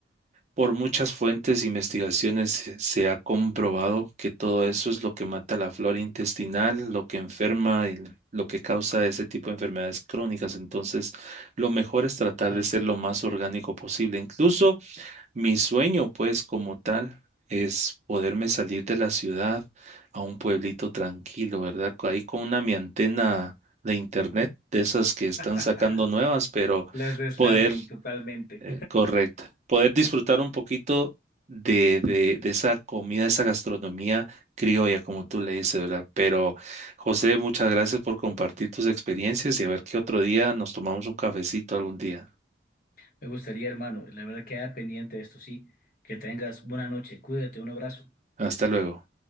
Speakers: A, on the right (about 40°); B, on the left (about 50°).
A: por muchas fuentes e investigaciones se se ha comprobado que todo eso es lo que mata la flora intestinal, lo que enferma, el- lo que causa ese tipo de enfermedades crónicas. Entonces, lo mejor es tratar
B: Exacto.
A: de ser lo más orgánico posible. Incluso mi sueño, pues, como tal, es poderme salir de la ciudad a un pueblito tranquilo, ¿verdad? Co- Ahí con una mi antena de internet, de esas que están
B: <laughs>
A: sacando nuevas, pero
B: Las de Starlink,
A: poder,
B: totalmente.
A: eh, correcto, poder disfrutar un poquito de, de, de esa comida, esa gastronomía criolla, como tú le dices, ¿verdad? Pero, José, muchas gracias por compartir tus experiencias y a ver qué otro día nos tomamos un cafecito algún día.
B: <laughs> Me gustaría, hermano, la verdad queda pendiente de esto, sí. Que tengas buena noche, cuídate, un abrazo.
A: Hasta luego.